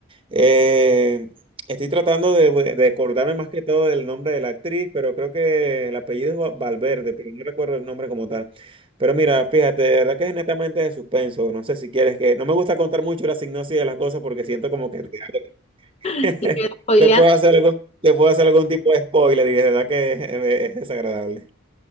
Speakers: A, on the right; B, on the left.
A: Eh, estoy tratando de, de acordarme más que todo del nombre de la actriz, pero creo que el apellido es Va- Valverde, pero no recuerdo el nombre como tal. Pero mira, fíjate, de verdad que es netamente de suspenso. No sé si quieres que... No me gusta contar mucho la sinopsis de las cosas porque siento como que <laughs>
B: Así que, spoileando.
A: te puedo hacer algún, te puedo hacer algún tipo de spoiler y de verdad que es, es desagradable.